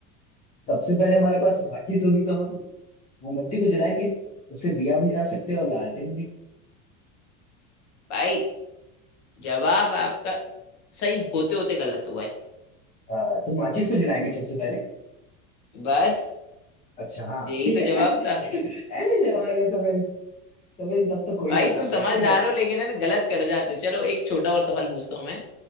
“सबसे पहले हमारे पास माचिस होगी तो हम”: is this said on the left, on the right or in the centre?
Left